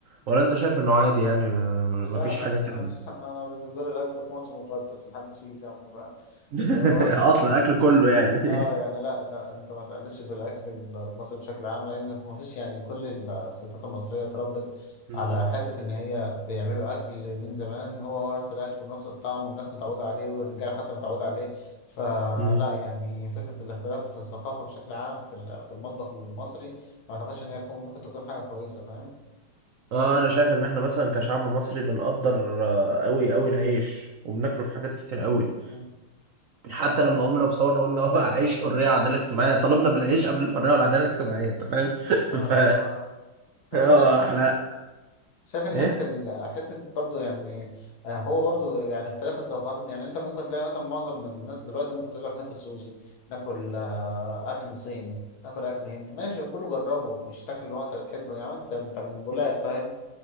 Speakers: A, on the right; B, on the left.
A: ولا انت شايف انه عادي يعني ما, ما
B: لا
A: فيش
B: لا
A: حاجة كده
B: أنا <laughs> أنا بالنسبة لي الأكل في مصر مقدس محدش يجي جنبه فاهم
A: <laughs>
B: اللي هو <laughs>
A: اصلا اكل كله يعني
B: اه يعني لا لا انت ما تقلبش في الاكل المصري بشكل عام لان ما فيش يعني كل الستات المصريه اتربت
A: <laughs>
B: على حته ان هي بيعملوا اكل من زمان هو هو نفس الاكل ونفس الطعم والناس متعوده عليه والرجاله حتى متعوده عليه فلا
A: أمم،
B: يعني فكره الاختلاف في الثقافه بشكل عام في ال- في المطبخ المصري ما اعتقدش ان هي تكون- ممكن تكون حاجه كويسه فاهم
A: اه انا شايف ان احنا مثلا كشعب مصري بنقدر آه، قوي قوي العيش وبناكله في حاجات كتير قوي
B: مم.
A: حتى لما قمنا بصورنا قلنا هو عيش حريه وعداله اجتماعيه طلبنا بالعيش قبل الحريه والعداله الاجتماعيه انت فاهم <laughs>
B: اه
A: ف
B: اللي هو طب
A: اه
B: انت شايف
A: احنا
B: شايف ان
A: ايه
B: حته ال... حته برضه يعني آه، هو برضه يعني اختلاف الثقافات دي. يعني انت ممكن تلاقي مثلا معظم من الناس دلوقتي ممكن تقول لك ناكل سوشي ناكل آه، اكل صيني ناكل اكل هندي ماشي كله جربه مش تاكل اللي هو انت بتحبه يعني انت انت من بولاق فاهم